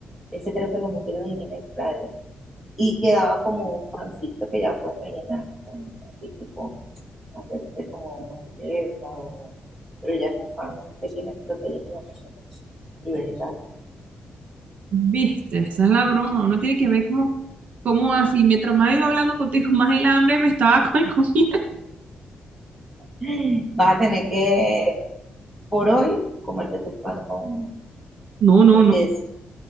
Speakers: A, in the centre; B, on the right.
A: ese creo que lo metieron en el extraño. Y quedaba como un pancito que ya puedes rellenar con un pancito, tipo, hacerte como una sutileza, o... pero ya es un pan que tiene proteína pues, y vegetales.
B: Viste, esa es la broma. Uno tiene que ver cómo, cómo así. Mientras más iba hablando contigo, <laughs> más el hambre me estaba con el comida. <laughs>
A: <gasps> Vas a tener que, por hoy, comerte tu pan con
B: No, no,
A: Entonces,
B: no.